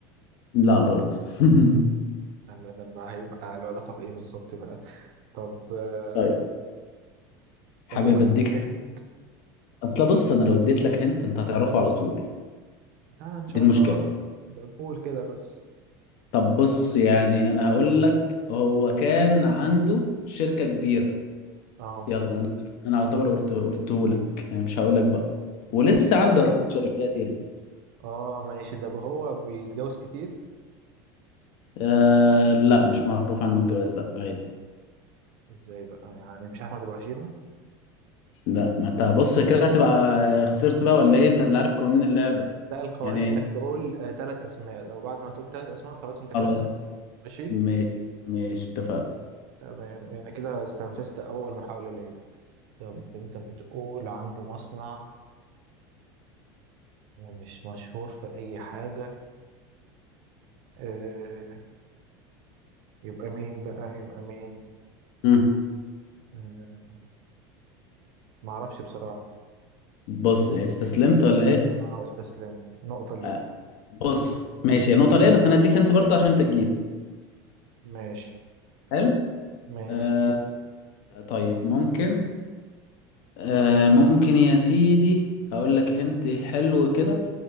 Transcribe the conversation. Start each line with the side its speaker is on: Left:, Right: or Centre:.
Left: لا برضه <laughs>
Right: هلا ده ما هيبقى له علاقة بإيه بالظبط بقى طب آه،
Left: طيب حابب
Right: طب ممكن
Left: اديك
Right: تتلهمت
Left: اصل بص انا لو اديت لك هنت انت هتعرفه على طول
Right: لا إن شاء
Left: دي المشكلة
Right: الله ده بقول كده بس
Left: طب بص يعني انا هقول لك هو كان عنده شركة كبيرة
Right: اه
Left: يلا انا انا اعتبر قلت قلته لك يعني مش هقول لك بقى ولسه
Right: كان
Left: عنده
Right: عنده
Left: اكيد شركات يعني
Right: اه ماشي ده هو بيتجوز كتير
Left: أه لا مش معروف عنه الجواز لا عادي
Right: ازاي بقى يعني مش أحمد أبو هشيمة
Left: لا ما انت بص كده هتبقى خسرت بقى ولا ايه انت اللي عارف قوانين اللعبة
Right: لا القوانين
Left: يعني
Right: إنك تقول آه ثلاث أسماء لو بعد ما تقول ثلاث أسماء خلاص أنت كده
Left: خلاص
Right: خسرت ماشي
Left: ماشي ماشي اتفقنا
Right: تمام يعني كده استنفذت أول محاولة ليا طب انت بتقول عنده مصنع ومش مشهور في اي حاجة اه يبقى مين بقى يبقى مين
Left: مم.
Right: اه معرفش بصراحة
Left: بص استسلمت ولا ايه
Right: اه استسلمت نقطة ليه
Left: آه، بص ماشي هي نقطة ليه بس انا هديك انت برضه عشان انت تجيب
Right: ماشي
Left: حلو
Right: ماشي
Left: آه طيب ممكن آه ممكن يا سيدي هقول لك هنت حلو كده